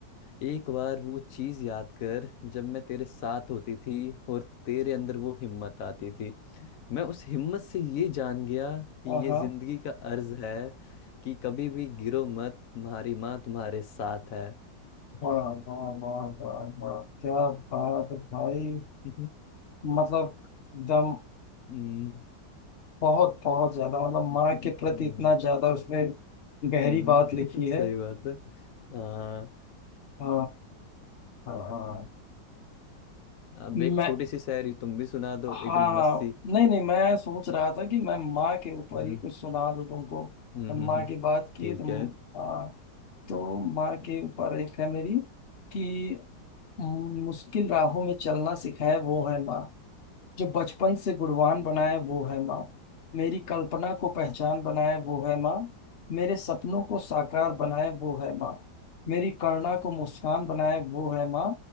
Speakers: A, on the left; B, on the left.
A: एक बार वो चीज याद कर जब मैं तेरे साथ होती थी और तेरे अंदर वो हिम्मत आती थी मैं उस हिम्मत से ये जान गया कि
B: आहा,
A: ये जिंदगी का अर्ज है कि कभी भी गिरो मत तुम्हारी माँ तुम्हारे साथ है
B: वाह वाह वाह वाह वाह क्या बात है भाई
A: <laughs>
B: मतलब एकदम
A: हम्म,
B: बहुत बहुत ज्यादा मतलब माँ
A: हम्म,
B: के प्रति इतना ज्यादा उसने गहरी
A: हम्म,
B: बात लिखी
A: <laughs> सही
B: है
A: बात है हाँ
B: आ, हाँ हाँ।
A: अब
B: मैं
A: एक छोटी सी शायरी तुम भी सुना दो
B: हाँ
A: एकदम मस्त सी
B: नहीं नहीं मैं सोच रहा था कि मैं माँ के ऊपर
A: हम्म,
B: ही कुछ सुना दूं तुमको
A: हम्म,
B: हम
A: हम्म,
B: माँ
A: हम्म,
B: की बात की
A: ठीक
B: है तुम
A: है
B: हाँ तो माँ के ऊपर एक है मेरी कि मु- मुश्किल राहों में चलना सिखाए वो है माँ जो बचपन से गुणवान बनाए वो है माँ मेरी कल्पना को पहचान बनाए वो है माँ मेरे सपनों को साकार बनाए वो है माँ मेरी करुणा को मुस्कान बनाए वो है माँ